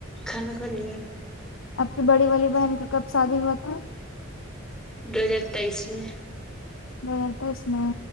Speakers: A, in the centre; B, on the left.
A: کھانا کھا لیے
B: آپ کی بڑی والی بہن کا کب شادی ہوا تھا
A: دو ہزار تیئس میں
B: نہیں اس میں